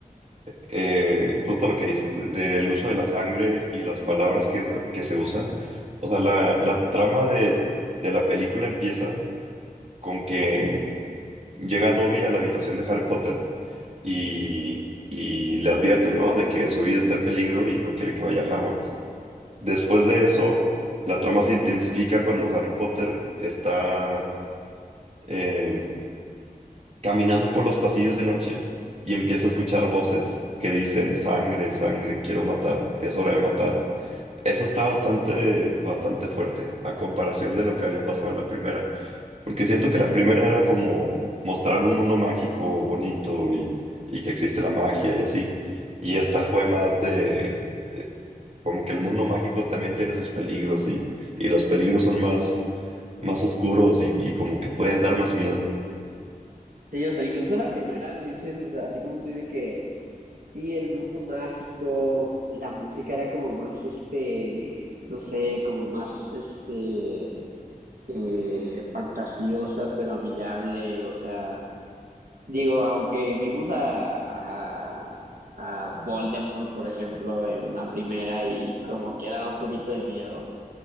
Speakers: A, on the right; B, on the right.
A: eh, justo lo que dices, de- del uso de la sangre y las palabras que, se- que se usan. O sea, la, la trama de, de la película empieza con que llega Dobby a la habitación de Harry Potter y, y le advierte, ¿no? De que su vida está en peligro y no quiere que vaya a Hogwarts. Después de eso, la trama se intensifica cuando Harry Potter está... em, caminando por los pasillos de noche y empieza a escuchar voces que dicen, sangre, sangre, quiero matar, es hora de matar. Eso está bastante, bastante fuerte a comparación de lo que había pasado en la primera, porque siento que la primera era como mostrar un mundo mágico, bonito y, y que existe la magia y así, y esta fue más de, de como que el mundo mágico también tiene sus peligros y, y los peligros son más, más oscuros y, y como que pueden dar más miedo.
B: Sí, o sea, incluso la primera, dices, o sea, así como tú dices que sí, el mundo mágico, la música era como más, este, no sé, como más, este, eh, fantasiosa, pero amigable, o sea Digo, aunque vimos a, a, a Voldemort, por ejemplo, en la primera y como quiera da un poquito de miedo,